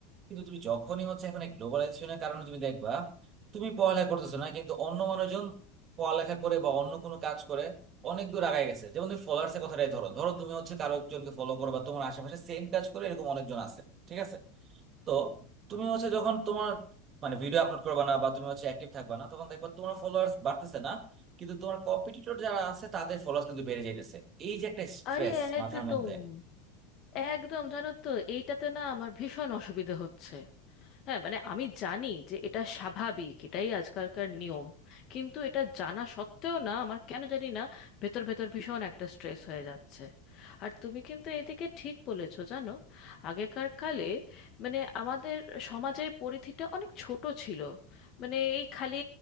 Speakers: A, on the right (about 40°); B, on the left (about 50°).
A: কিন্তু তুমি যখনই হচ্ছে এখন এই গ্লোবালাইজেশনের কারণে তুমি দেখবা তুমি পড়ালেখা করতেছো না কিন্তু অন্য মানুষজন পড়ালেখা করে বা অন্য কোনো কাজ করে অনেক দূর আগায় গেছে যেমন তুমি ফলোয়ার্স এর কথাটাই ধরো ধরো তুমি হচ্ছে কারো একজনকে ফলো করো বা তোমার আশেপাশে সেম কাজ করে এরকম অনেকজন আছে ঠিক আছে তো তুমি হচ্ছে যখন তোমার মানে ভিডিও আপলোড করবে না বা তুমি হচ্ছে অ্যাক্টিভ থাকবে না তখন দেখবা তোমার ফলোয়ার্স বাড়তেছে না কিন্তু তোমার কম্পিটিটর যারা আছে তাদের ফলোয়ার্স কিন্তু বেড়ে যাইতেছে এই যে একটা স্ট্রেস
B: আরে
A: মাথার
B: একদম
A: মধ্যে
B: একদম জানো তো এইটাতে না আমার ভীষণ অসুবিধে হচ্ছে হ্যাঁ মানে আমি জানি যে এটা স্বাভাবিক এটাই আজকালকার নিয়ম কিন্তু এটা জানা সত্ত্বেও না আমার কেন জানি না ভেতর ভেতর ভীষণ একটা স্ট্রেস হয়ে যাচ্ছে আর তুমি কিন্তু এদিকে ঠিক বলেছো জানো আগেকার কালে মানে আমাদের সমাজের পরিধিটা অনেক ছোট ছিল মানে এই খালি